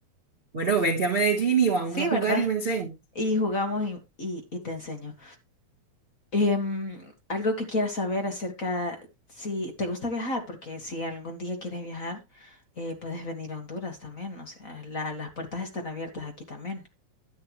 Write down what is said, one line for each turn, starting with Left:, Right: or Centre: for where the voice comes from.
Right: Bueno, vente a Medellín y vamos
Left: Sí,
Right: a jugar
Left: ¿verdad?
Right: y me enseñas.
Left: Y jugamos y, y- y te enseño. Em, algo que quieras saber acerca, si te gusta viajar, porque si algún día quieres viajar, eh, puedes venir a Honduras también. O sea, la- las puertas están abiertas aquí también.